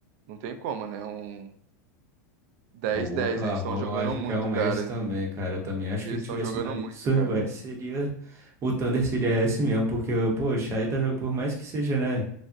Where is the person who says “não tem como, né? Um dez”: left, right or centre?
Right